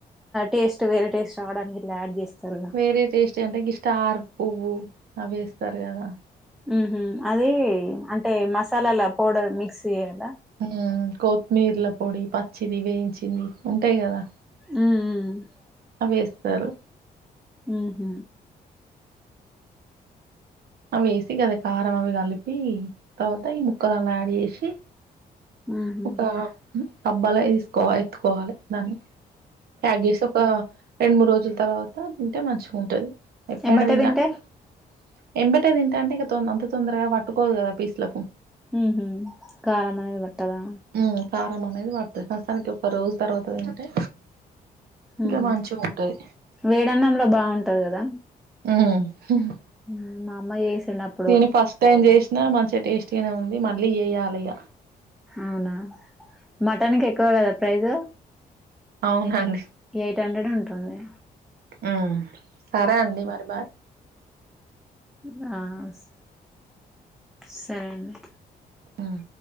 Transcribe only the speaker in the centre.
టేస్ట్ వేరే టేస్ట్ రావడానికి ఇట్లా యాడ్ జేస్తారుగా.
ఉహుహ్ అది అంటే మసాలాల పౌడర్ మిక్స్ ఏయ్యాలా.
ఉహుహ్
ఉహుహ్
ఉహు
ఎమ్మటే
తింటే
ఉహుహ్ కారం అనేది వట్టదా.
ఉహుహ్
వేడన్నంలో బావుంటది గదా.
ఉహ్మ్ మామ్మ ఏసుడ్ నాత్
అవునా మటన్ కి ఎక్కువ కదా ప్రైజు
ఎయిట్ హండ్రెడ్ ఉంటుంది.
దస్ సరే అండి.